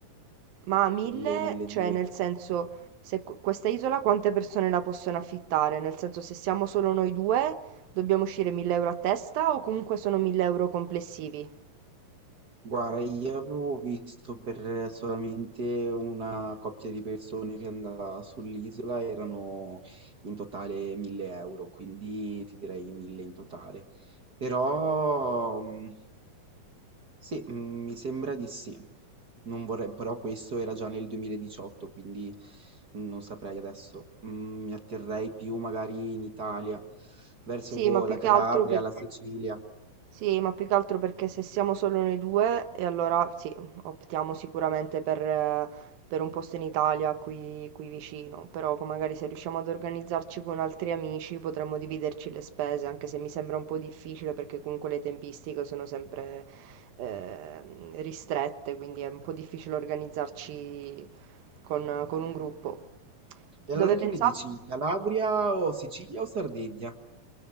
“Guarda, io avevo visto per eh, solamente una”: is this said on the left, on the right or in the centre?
Right